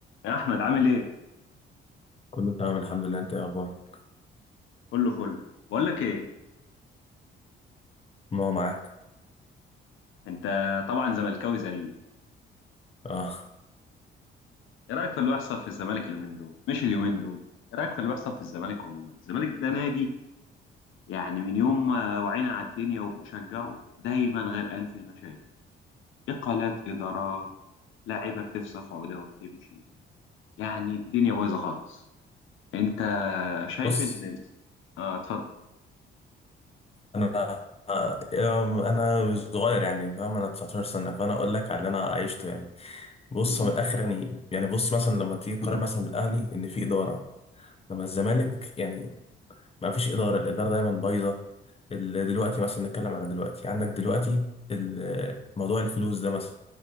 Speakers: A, on the left; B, on the left.
A: يا احمد عامل ايه
B: كله تمام الحمد لله انت ايه اخبارك
A: كله فل بقول لك ايه
B: ما هو معاك
A: انت طبعا زملكاوي زيي
B: اه
A: ايه رايك في اللي بيحصل في الزمالك اليومين دول مش اليومين دول ايه رايك في اللي بيحصل في الزمالك عموما الزمالك ده نادي يعني من يوم ما وعينا على الدنيا وبنشجعه دايما غرقان في المشاكل اقالات ادارات لعيبه بتفسخ عقده وبتمشي يعني الدنيا بايظه خالص انت شايف
B: بص
A: ان ال- اه اتفضل
B: انا آه، انا صغير يعني فاهم انا 19 سنه فانا اقول لك على اللي انا عشته يعني بص
A: مم.
B: هو من الاخر يعني يعني بص مثلا لما تيجي تقارن مثلا بالاهلي ان في اداره لما الزمالك يعني ما فيش اداره الاداره دايما بايظه ال- دلوقتي مثلا نتكلم على دلوقتي عندك دلوقتي ال- موضوع الفلوس ده مثلا